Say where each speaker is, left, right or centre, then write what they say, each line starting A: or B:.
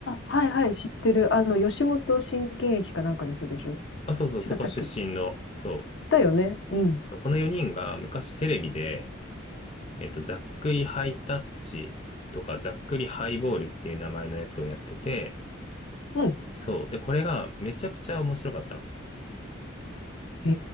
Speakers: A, on the left (about 70°); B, on the left (about 30°).
A: あ、はいはい、知ってる。あの、吉本新喜劇かなんかの人でしょ
B: あ、そうそう、そこ出身の、
A: 違ったっけ
B: そ
A: だよね。うん。
B: う。この4人が昔テレビで、えっと、ざっくりハイタッチとか、ざっくりハイボールっていう名前のやつをやってて、
A: うん。
B: そう。で、これがめちゃくちゃ面白かったの。
A: へ